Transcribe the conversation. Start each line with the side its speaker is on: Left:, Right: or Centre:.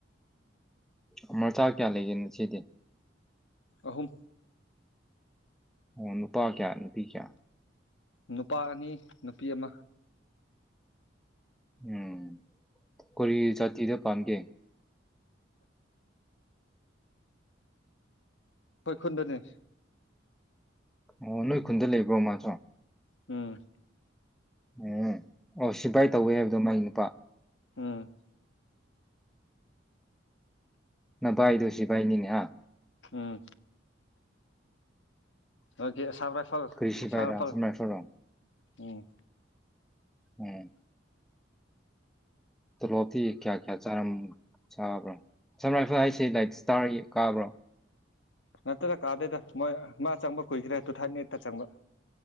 Centre: ꯎꯝ ꯃꯆꯥ ꯀꯌꯥ ꯂꯩꯒꯦ ꯅꯆꯦꯗꯤ
Left: ꯑꯍꯨꯝ
Centre: ꯑꯣ ꯅꯨꯄꯥ ꯀꯌꯥ ꯅꯨꯄꯤ ꯀꯌꯥ
Left: ꯅꯨꯄꯥ ꯑꯅꯤ ꯅꯨꯄꯤ ꯑꯃꯥ
Centre: ꯎꯝ ꯀꯔꯤ ꯖꯥꯇꯤꯗ ꯄꯥꯟꯒꯦ
Left: ꯈꯣꯏꯈꯨꯟꯗꯅꯦ
Centre: ꯑꯣ ꯅꯣꯏ ꯈꯨꯟꯗ ꯂꯩꯕ꯭ꯔꯣ ꯃꯥꯁꯨ
Left: ꯎꯝ
Centre: ꯎꯝ ꯑꯣ ꯁꯤꯐꯥꯏ ꯇꯧꯋꯦ ꯍꯥꯏꯕꯗꯣ ꯃꯒꯤ ꯅꯨꯄꯥ
Left: ꯎꯝ
Centre: ꯅꯥ ꯚꯥꯏꯗꯨ ꯁꯤꯚꯥꯏꯅꯤꯅꯦ ꯍꯥ
Left: ꯎꯝ ꯑꯣꯀꯦ ꯁꯥꯕ꯭ꯔꯠ ꯐꯣ
Centre: ꯀꯔꯤ ꯁꯤꯕꯥꯏꯔꯥ
Left: ꯁꯥ ꯍꯥꯞꯍꯜ
Centre: ꯁꯝ ꯔꯥꯏꯐꯜꯔꯣ
Left: ꯎꯝ
Centre: ꯎꯝ ꯇꯣꯂꯣꯞꯇꯤ ꯀꯌꯥ ꯀꯌꯥ ꯆꯥꯔꯝ ꯆꯥꯕ꯭ꯔꯥ <unintelligible> ꯂꯥꯢꯛ ꯁꯇꯥꯔ ꯌꯦꯛ ꯀꯥꯕ꯭ꯔꯣ
Left: ꯅꯠꯇꯦꯗ ꯀꯥꯗꯦꯗ ꯃꯣꯏ ꯃꯥ ꯆꯪꯕ ꯀꯨꯏꯈ꯭ꯔꯦ ꯇꯨ ꯊꯥꯏꯅꯦꯠꯇ ꯆꯪꯕ